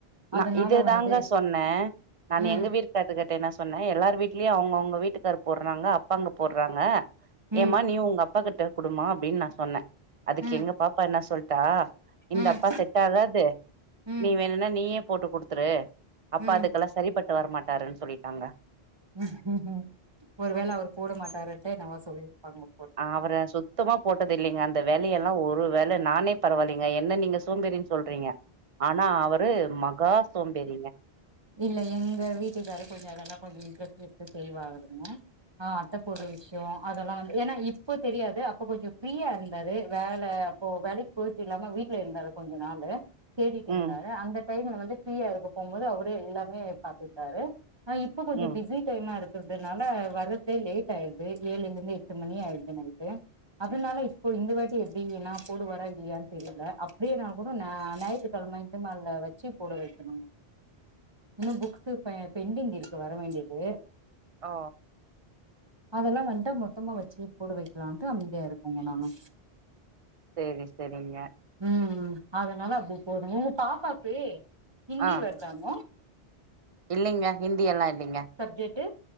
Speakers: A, on the right; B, on the right.
A: நா
B: அதனால
A: இது தாங்க
B: வந்து
A: சொன்னே நா
B: ம்
A: எங்க வீட்டு கத்துக்கட்டட்டு என்ன சொன்னே எல்லார் வீட்லயு அவங்க அவங்க வீட்டுக்காரு போடுறாங்க அப்பாங்க போடுறாங்க
B: ம்
A: ஏமா நீ உங்க அப்பா கிட்ட குடுமா அப்படின்னு நா சொன்னே அதுக்கு
B: ம்
A: எங்க பாப்பா என்ன சொல்ட்டா இந்த
B: ம்
A: அப்பா செட் ஆகாது
B: ம்
A: நீ வேணுன்னா நீயே போட்டு குடுத்துரு அப்பா
B: ம்
A: அதுக்கெல்லா சரி பட்டு வரமாட்டாருன்னு சொல்லிட்டாங்க
B: ம் ம் ஒருவேள அவரு போட மாட்டாருண்ட்டு நம்ம சொல்லியிருப்பாங்க
A: அவற சுத்தமா போட்டது இல்லைங்க அந்த வேலையெல்லா ஒரு வேல நானே பரவாயில்லைங்க என்ன நீங்க சோம்பேறின்னு சொல்றீங்க ஆனா அவரு மகா சோம்பேறிங்க
B: இல்ல எங்க வீட்டுக்கார கொஞ்ச அதெல்லா கொஞ்ச இன்ட்ரெஸ்ட் எடுத்து செய்வாகுதுங்க ஆ அத்த போற விஷ் யோ அதெல்லா வந்து ஏன்னா இப்போ தெரியாது அப்ப கொஞ்ச ரீயா இருந்தாரு வேலை அப்போ வேலைக்கு போயிட்டு இல்லாம வீட் ல இருந்தாரு கொஞ்ச நாள்ளு தேடிட்ருந்தாரு
A: ம்
B: அந்த டைம்ல வந்து ஃபரீயா இருக்க போகும்போது அவரே எல்லாமே பாத்துட்டாரு அ இப்போ கொஞ்ச
A: ம்
B: பிஸி டைமா இருக்கிறதுனால வர்றதே லேட் ஆயிடுது ஏழுல இருந்து எட்டு மணி ஆயிடுது நைட்டு அதனால இப்போ இந்த வாட்டி எப்படி ஏன்னா போடுவாரா இல்லையான்னு தெரியல அப்படியே நா கூணு ஞாயித்துக்கெழமை இந்த மா வச்சு போட வைக்கணுமா இன்னு புக்ஸ்ஸு ப பெண்டிங் இருக்கு வர வேண்டியது
A: ஓ
B: அதெல்லா வந்துட்டா மொத்தமா வச்சு போடு வைக்கலாம்ட்டு அமைதியா இருக்கங்க நானு
A: சரி சரிங்க
B: ம் அதனால அப்படி போது உங்க பாப்பாக்கு ஹிந்தி
A: ஆ
B: வருதாங்க
A: இல்லைங்க ஹிந்தியல்லா இல்லைங்க
B: சப்ஜெக்ட்டு